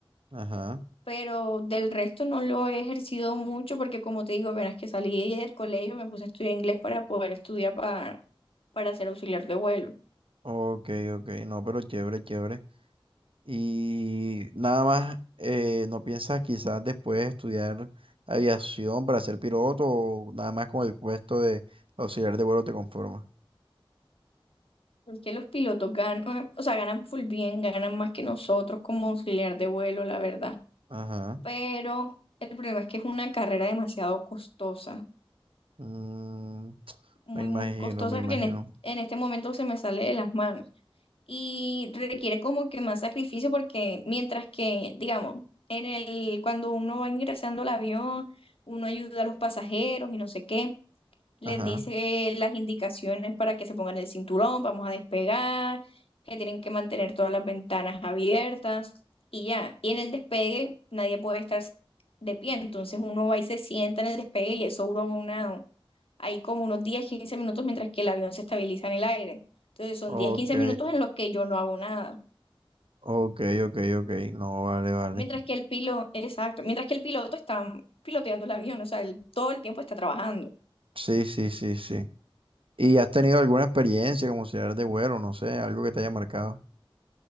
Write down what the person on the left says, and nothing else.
pero del resto no lo he ejercido mucho porque como te digo, apenas que salí del colegio me puse a estudiar inglés para poder estudiar para, para ser auxiliar de vuelo.
Porque los pilotos ganan, o sea, ganan full bien, ganan más que nosotros como auxiliar de vuelo, la verdad.
pero el problema es que es una carrera demasiado costosa,
muy,
muy costosa
que en, es- en este momento se me sale de las manos y requiere como que más sacrificio porque mientras que, digamos, en el, cuando uno va ingresando al avión, uno ayuda a los pasajeros y no sé qué, les
dice las indicaciones para que se pongan el cinturón, vamos a despegar, que tienen que mantener todas las ventanas abiertas y ya. Y en el despegue nadie puede estar de pie, entonces uno va y se sienta en el despegue y eso dura una, ahí como unos 10 15 minutos mientras que el avión se estabiliza en el aire. Entonces son
10 15 minutos en los que yo no hago nada.
Mientras que el piloto, exacto, mientras que el piloto está piloteando el avión, o sea, él todo el tiempo está trabajando.